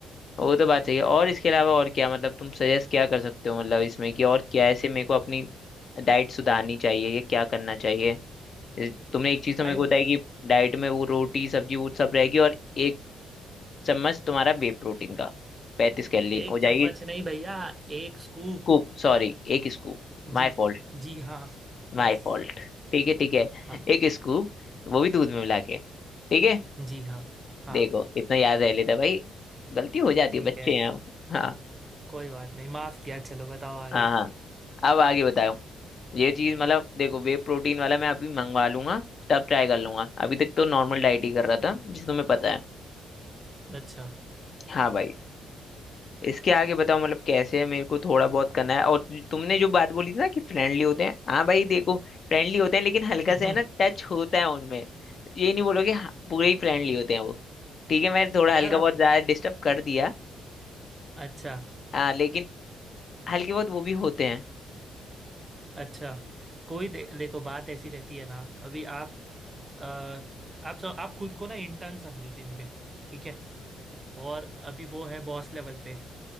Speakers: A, on the left; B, on the right.
A: वो तो
B: हाँ
A: बात सही है और
B: तो
A: इसके अलावा और क्या मतलब तुम सजेस्ट क्या कर सकते हो मतलब इसमें कि और क्या ऐसे मेरे को अपनी डाइट सुधारनी चाहिए या क्या करना चाहिए जैसे तुमने एक चीज़
B: डाइट
A: तो मेरे को बताई कि डाइट में वो रोटी सब्जी वो सब रहेगी और एक चम्मच तुम्हारा वे प्रोटीन का पैंतीस कैलोरी
B: एक
A: हो जाएगी
B: चम्मच नहीं भैया एक स्कूप
A: Scoop sorry एक scoop
B: जी
A: My fault
B: जी हाँ
A: My
B: यस
A: fault ठीक है ठीक है
B: हाँ
A: एक स्कूप वो भी दूध में मिला के ठीक है
B: जी हाँ हाँ
A: देखो इतना याद रह लेता है भाई गलती हो जाती
B: ठीक
A: है बच्चे
B: है
A: हैं हम हाँ
B: कोई बात नहीं माफ किया चलो बताओ आगे
A: हाँ हाँ अब आगे बताओ ये चीज मतलब देखो वे प्रोटीन वाला मैं अभी मंगवा लूंगा तब ट्राई कर लूंगा अभी तक तो नॉर्मल डाइट ही कर रहा था जिसे तुम्हें पता है
B: अच्छा
A: हाँ भाई इसके आगे बताओ मतलब कैसे है मेरे को थोड़ा बहुत करना है और तु- तुमने जो बात बोली थी ना कि फ्रेंडली होते हैं हाँ भाई देखो फ्रेंडली होते हैं लेकिन हल्का
B: हम्म
A: सा है ना टच होता है उनमें ये नहीं बोलोगे हाँ, पूरे ही फ्रेंडली होते हैं वो ठीक है मैंने थोड़ा
B: यार
A: हल्का
B: आप
A: बहुत ज्यादा डिस्टर्ब कर दिया
B: अच्छा
A: हाँ लेकिन हल्के बहुत वो भी होते हैं
B: अच्छा कोई दे, देखो बात ऐसी रहती है ना अभी आप अ, आप सब आप खुद को ना इंटर्न समझो जिम पे ठीक है और अभी वो है बॉस लेवल पे